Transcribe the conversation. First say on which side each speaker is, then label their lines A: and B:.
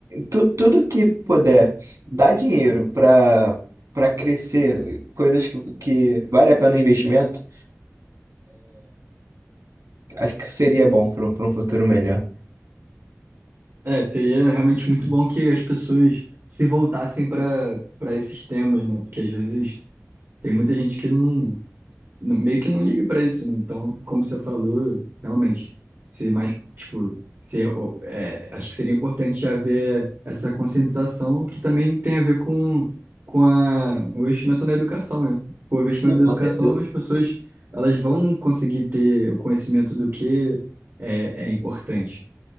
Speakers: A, on the right; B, on the right.
A: tu- tudo que puder dar dinheiro para para crescer, coisas que, que vale a pena o investimento, acho que seria bom para um pra um futuro melhor.
B: É, seria realmente muito bom que as pessoas se voltassem para para esses temas, né? Porque às vezes tem muita gente que não n- meio que não liga pra isso, né? Então, como você falou, realmente, se mais, tipo, se, o- é, acho que seria importante haver essa conscientização que também tem a ver com, com a, o investimento na educação, né? O investimento
A: Sim,
B: na
A: com
B: educação,
A: certeza.
B: as pessoas, elas vão conseguir ter o conhecimento do que é, é importante.